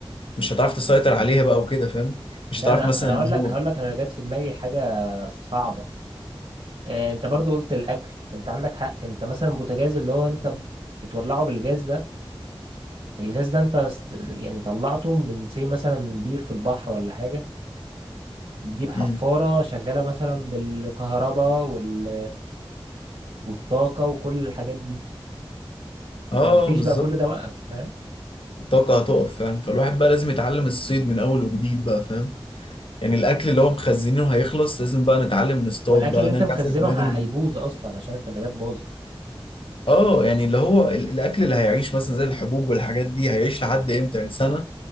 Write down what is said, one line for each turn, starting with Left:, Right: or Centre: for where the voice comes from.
Left: مش هتعرف تسيطر عليها بقى وكده فاهم مش
Right: لا
Left: هتعرف
Right: انا
Left: مثلا
Right: انا
Left: اللي
Right: هقول لك
Left: هو
Right: هقول لك انا جت في دماغي حاجة صعبة آه، انت برضو قلت الاكل انت عندك حق انت مثلا البوتاجاز اللي هو انت بتولعه بالجاز ده الجاز ده انت است- يعني طلعته من زي مثلا بير في البحر ولا حاجة بتجيب حفارة
Left: مم.
Right: شغالة مثلا بالكهرباء وال... والطاقة وكل الحاجات دي انت
Left: اه
Right: مفيش
Left: بالظبط
Right: بقى كل ده وقف فاهم
Left: الطاقة هتقف فاهم فالواحد بقى لازم يتعلم الصيد من اول وجديد بقى فاهم يعني الاكل اللي هو مخزنينه هيخلص لازم بقى نتعلم نصطاد
Right: والاكل
Left: بقى
Right: اللي
Left: نرجع
Right: انت مخزنه
Left: زي البني
Right: ه-
Left: ادم
Right: هيبوظ اصلا عشان التلاجات باظت
Left: اه يعني اللي هو ال- الاكل اللي هيعيش مثلا زي الحبوب والحاجات دي هيعيش لحد امتى يعني سنه